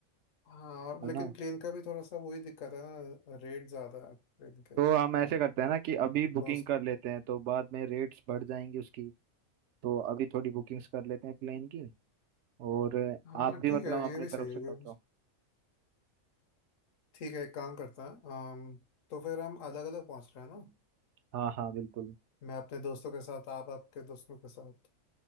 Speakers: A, on the left; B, on the right.
A: हाँ और
B: है
A: लेकिन
B: ना
A: ट्रेन का भी थोड़ा सा वही दिक्कत है ना रेट ज़्यादा है ट्रेन के
B: तो हम ऐसे करते हैं ना कि अभी बुकिंग
A: तो
B: कर लेते हैं तो बाद में रेट्स बढ़ जाएंगी उसकी तो अभी थोड़ी बुकिंग्स कर लेते हैं प्लेन की और
A: हाँ
B: आप भी
A: ठीक
B: मतलब
A: है
B: अपनी
A: ये भी सही
B: तरफ
A: है
B: से कर
A: ये
B: दो
A: भी सही- ठीक है एक काम करता है अम, तो फिर हम अलग अलग पहुंच रहे हैं ना
B: हाँ हाँ बिल्कुल
A: मैं अपने दोस्तों के साथ आप आपके दोस्तों के साथ